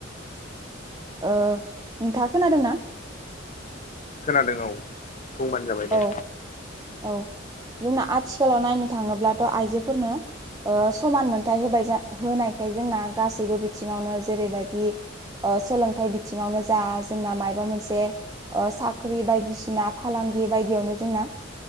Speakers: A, on the right; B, on the left.
A: नोंथांङा खोनादों ना
B: खोनादों औ बुंबानो जाबाय
A: औ
B: दे
A: औ जोंना आथिखालाव नायनो थांङोब्लाथ' आइजोफोरनो समान मोनथाय होबाय होनायखाय जोंना गासैबो बिथिंङावनो जेरैबायदि सोलोंथाइ बिथिंङावनो जा जोंना मायबा मोनसे साख्रि बायदिसिना फालांगि बायदियावनो जोंना